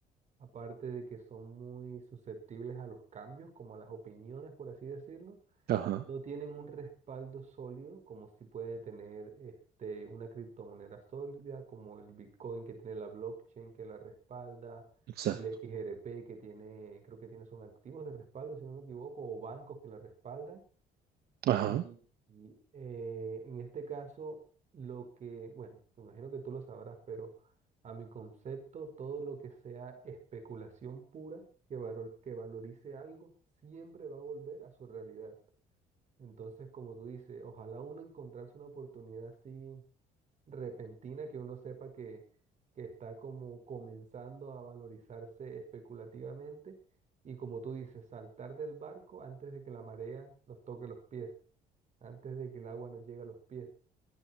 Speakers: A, on the right (about 45°); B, on the right (about 65°).
A: aparte de que son muy susceptibles a los cambios, como a las opiniones, por así decirlo,
B: Ajá,
A: no tienen un respaldo sólido como si puede tener este, una criptomoneda sólida como el Bitcoin que tiene la blockchain que la respalda,
B: exacto.
A: el XRP que tiene, creo que tiene son activos de respaldo si no me equivoco, o bancos que la respaldan.
B: Ajá,
A: Y, y, eh, en este caso, lo que, bueno, me imagino que tú lo sabrás, pero a mi concepto, todo lo que sea especulación pura que, valor- que valorice algo siempre va a volver a su realidad. Entonces, como tú dices, ojalá uno encontrase una oportunidad así repentina que uno sepa que, que está como comenzando a valorizarse especulativamente y como tú dices, saltar del barco antes de que la marea nos toque los pies, antes de que el agua nos llegue a los pies.